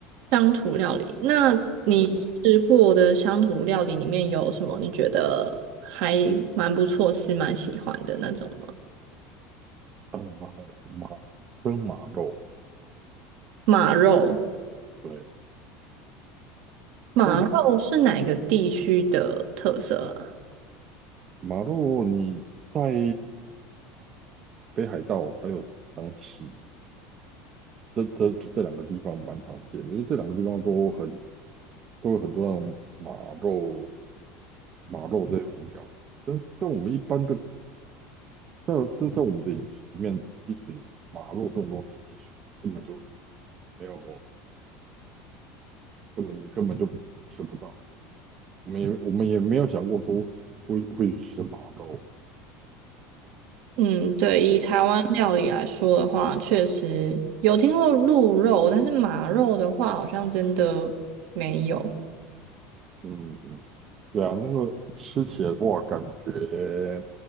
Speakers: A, on the right (about 65°); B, on the right (about 35°).
A: 乡土料理，那你吃过的乡土料理里面有什么你觉得还蛮不错是蛮喜欢的那种吗？
B: 对对，啊马马蒸马肉，
A: 马肉，
B: 对，
A: 马肉是哪个地区的特色啊？
B: 在马肉你在北海道还有长崎这这这两个地方蛮常见的，因为这两个地方都很都有很多那种马肉马肉这种料理但在我们一般的，在在在我们的饮食里面，其实马肉这种东西其实根本就没有，根本根本就吃不到。我们也我们也没有想过说会会去吃马肉。
A: 嗯，对，以台湾料理来说的话，确实有听过鹿肉，但是马肉的话，好像真的没有。
B: 嗯，对啊，那个吃起来的话，感觉，